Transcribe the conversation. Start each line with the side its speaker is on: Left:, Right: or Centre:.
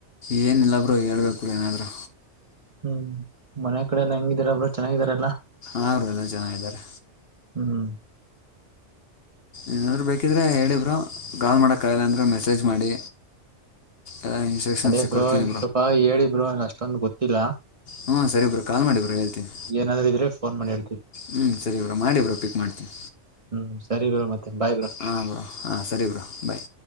Left: ಏನಿಲ್ಲ ಬರು ಹೇಳ್ಬೇಕು ಏನಾದ್ರು
Right: ಹ್ಮ್ ಮನೆ ಕಡೆ ಎಲ್ಲ ಹೆಂಗಿದಾರಬ್ ಚೆನ್ನಾಗಿದಾರಲ್ಲಾ
Left: ಅವರು ಎಲ್ಲ ಚೆನ್ನಾರೆ
Right: ಹ್ಮ್
Left: ಏನಾದರೂ ಬೇಕಿದರೆೆ ಹೇಳಬರು ಕಾಲ್ ಮಾಡೋಕ್ಕಾಗಲ್ಲ ಅಂದರೆೆ ಮೆಸೇಜ್ ಮಾಡಿ ಎಲ್ಲ ಇನ್ಸ್ಟ್ರಕ್ಷನ್ಸ್
Right: ಅದೇ ಬ್ರೋ
Left: ಕೊಡ್ತೀನಿ
Right: ಸ್ವಲ್ಪ ಹೇಳಿ ಬ್ರೋ ಅಷ್ಟೊಂದು ಗೊತ್ತಿಲ್ಲ
Left: ಹಾಞ ಸರಿ ಬ್ರ ಕಾಲ್ ಮಾಡಿ ಬ್ರ ಹೇಳ್ತೀನಿ
Right: ಏನಾದ್ರು ಇದ್ರೆ ಫೋನ್ ಮಾಡಿ ಹೇಳ್ತಿವಿ
Left: ಹ್ಮ್ ಸರಿ ಬ್ರಾ ಮಾಡಿಬ್ರಾ ಪಿಕ್ ಮಾಡ್ತೀನಿ
Right: ಹ್ಮ್ ಸರಿ ಬ ಮತ್ತೆ ಬಾಯ್ ಬ್ರೋ
Left: ಹಾಂ ಬ್ರೋ ಹಾಂ ಸರಿ ಬ್ರೋ ಬಾಯ್